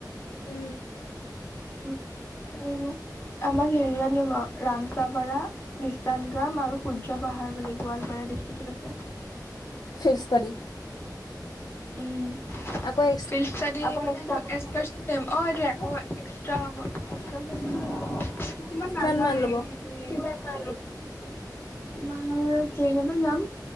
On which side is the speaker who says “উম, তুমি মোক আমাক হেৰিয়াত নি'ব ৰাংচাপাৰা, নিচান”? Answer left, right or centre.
Left